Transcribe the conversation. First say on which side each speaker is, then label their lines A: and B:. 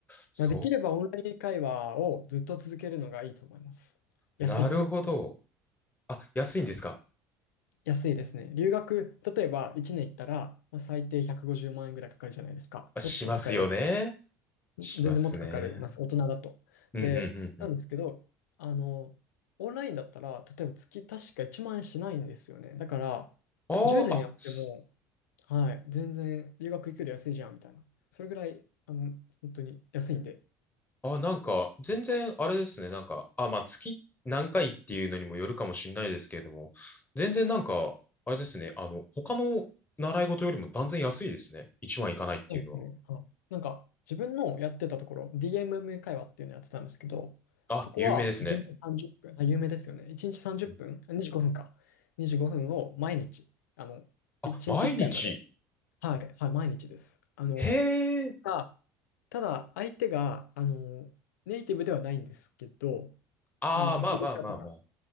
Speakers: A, on the left; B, on the left.
A: そ
B: なできればオンライン会話をずっと続けるのがいいと思います。安いんで。
A: う、なるほど。あ、安いんですか
B: 安いですね。留学、例えば1年行ったら、まあ最低150万円ぐらいかかるじゃないですか。
A: あしますよね。
B: もっとかかりますね。
A: しますね。
B: 全然もっとかかります、大人だと。
A: うん、
B: で、
A: うん、うん、うん。
B: なんですけど、あの、オンラインだったら、例えば月確か1万円しないんですよね。だから、
A: ああ、
B: 10年やっても、
A: あ、す
B: はい、全然留学行くより安いじゃんみたいな。それぐらい、あの、本当に安いんで。
A: あ、なんか、全然、あれですね。なんか、あ、まあ、月何回っていうのにもよるかもしれないですけれども、全然なんか、あれですね。あの、他の習い事よりも断然安いですね。1万いかないっていうのは。
B: そうですね。はい。なんか、自分のやってたところ、DMM 会話っていうのやってたんですけど、
A: あ、
B: そこは1日30分、
A: 有名ですね。
B: あ、有名ですよね。1日30分、
A: うん
B: あ25分か。25分を毎日、あの、
A: あ、
B: 1日1回まで。
A: 毎日。
B: はい、はい、毎日です。あの、
A: へえ。
B: あただ、相手が、あの、ネイティブではないんですけど、
A: ああ、
B: あの、アフリカとか
A: まあまあまあまあ。